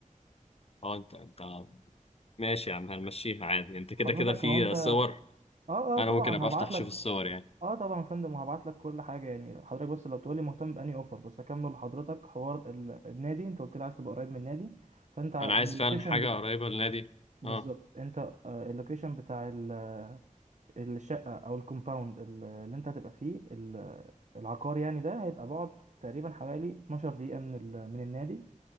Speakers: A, on the left; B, on the right.
A: اه انت انت ماشي يا عم هنمشيها عادي انت كده
B: حضرتك
A: كده في
B: هو انت اه
A: صور
B: اه
A: انا
B: طبعا
A: ممكن ابقى
B: هبعت
A: افتح اشوف
B: لك
A: الصور يعني
B: اه طبعا يا فندم وهبعت لك كل حاجه يعني حضرتك بس لو تقولي مهتم باني اوفر بس اكمل لحضرتك حوار ال- النادي انت قلت لي عايز تبقى قريب من النادي فانت ع-
A: انا عايز
B: من اللوكيشن
A: فعلا حاجه
B: بت...
A: قريبه للنادي
B: بالظبط
A: اه
B: انت آه، اللوكيشن بتاع ال- الشقه او الكومباوند ال- اللي انت هتبقى فيه ال- العقار يعني ده هيبقى بعد تقريبا حوالي 12 دقيقه من ال... من النادي